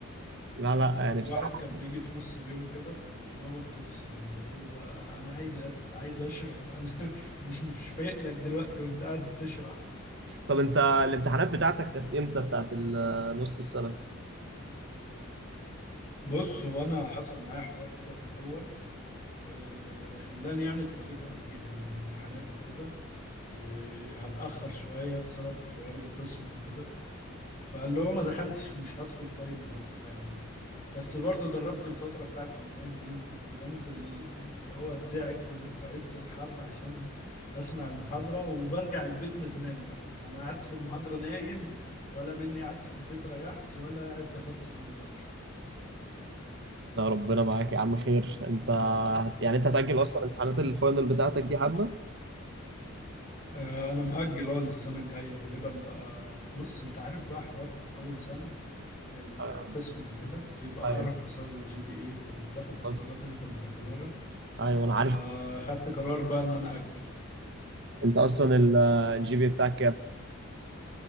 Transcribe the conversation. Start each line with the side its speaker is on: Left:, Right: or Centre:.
Right: لا لا يعني
Left: الواحد
Right: بصراحه
Left: كان بيجي في نص اليوم كده دماغه بتفصل اللي هو انا عايز اكل عايز اشرب انا <laughs> مش مش فايق لك دلوقتي وانت قاعد بتشرح
Right: طب انت الامتحانات بتاعتك كانت امتى بتاعت ال- نص السنه؟
Left: بص هو انا حصل معايا حوار كده في الاول آه، خلاني يعني اضطريت أجل الامتحانات وكده وهتأخر شوية بسبب حوار القسم وكده فاللي هو ما دخلتش ومش هدخل فاينل لسه يعني بس برضه جربت الفترة بتاعت رمضان دي وكنت بنزل اللي هو ادعك في في عز الحر عشان أسمع المحاضرة وبرجع البيت ندمان بقى أنا قعدت في المحاضرة نايم ولا مني قعدت في البيت ريحت ولا استفدت في المحاضرة
Right: لا ربنا معاك يا عم خير انت هت- يعني انت هتأجل اصلا امتحانات الفاينل بتاعتك دي حبة
Left: آه، أنا مأجل أه للسنة الجاية غالبا بقى بص أنت عارف بقى حوار أول سنة القسم
Right: آه،
Left: وكده بيبقى
Right: ايوه
Left: قرف بسبب الجي بي اي وبتاخد قرارات
Right: خلاص
Left: انت متهورة
Right: ايوه انا
Left: فخدت
Right: عارف
Left: قرار بقى ان انا أج...
Right: انت اصلا ال- الجي بي بتاعك كام